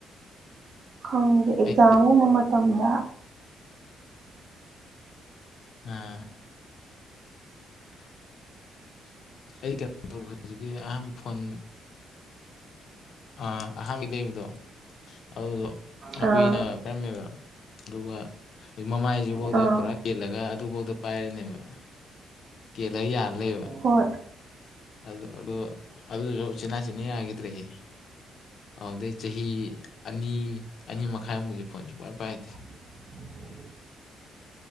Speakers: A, on the right (about 60°); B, on the left (about 65°).
A: ꯈꯪꯗꯦ ꯑꯦꯛꯖꯥꯝꯒꯨꯝꯕ
B: ꯑꯩ
A: ꯃꯇꯝꯗ
B: ꯑ <inaudible> ꯑꯩ ꯀꯩꯅꯣ ꯇꯧ ꯍꯧꯖꯤꯛꯀꯤ ꯑꯍꯥꯟꯕ ꯐꯣꯟ ꯑ ꯑꯍꯝꯗ ꯏꯗꯨ ꯍꯥꯎ
A: ꯑꯥ
B: ꯀꯨꯏꯅ ꯄꯔꯝꯃꯦꯕ ꯑꯗꯨꯒ ꯑꯩꯣꯏ ꯃꯃꯥꯏꯁꯤꯐꯧꯗ
A: ꯑꯥ
B: ꯄꯨꯔꯥ ꯀꯦꯜꯂꯒ ꯑꯗꯨꯐꯧꯗ ꯄꯥꯏꯔꯤꯅꯦꯕ ꯀꯦꯜꯂꯒ ꯌꯥꯜ ꯂꯩꯕ
A: ꯍ
B: ꯑꯗꯨꯗ ꯑꯗꯨꯗ ꯑꯗꯨꯁꯨ ꯆꯅꯥ ꯆꯤꯟꯌꯥ ꯍꯥꯏꯒꯦꯗ꯭ꯔꯔꯤ ꯑꯗꯩ ꯆꯍꯤ ꯑꯅꯤ ꯑꯅꯤ ꯃꯈꯥꯏꯃꯨꯛꯁꯦ ꯐꯣꯟ ꯁ ꯀꯏ ꯄꯥꯏꯗꯦ
A: <inaudible>